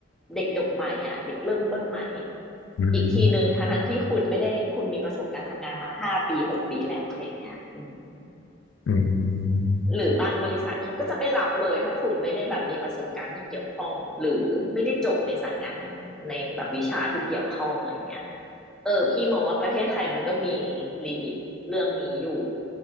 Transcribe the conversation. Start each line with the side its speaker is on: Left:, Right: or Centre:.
Centre: เด็กจบใหม่อ่ะเด็กเริ่มต้นใหม่
Left: อืม
Centre: อีกทีหนึ่งทั้งทั้งที่คุณไม่ได้คุณมีประสบการณ์ทำงานมาห้าปีหกปีแล้วอะไรอย่างเงี้ยอืม
Left: อืม
Centre: หรือบางบริษัทเขาก็จะไม่รับเลยถ้าคุณไม่ได้แบบมีประสบการณ์ที่เกี่ยวข้องหรือไม่ได้จบในสายงานที่ในแบบวิชาที่เกี่ยวข้องอะไรเงี้ยเออพี่มองว่าประเทศไทยมันก็มีลิมิตเรื่องนี้อยู่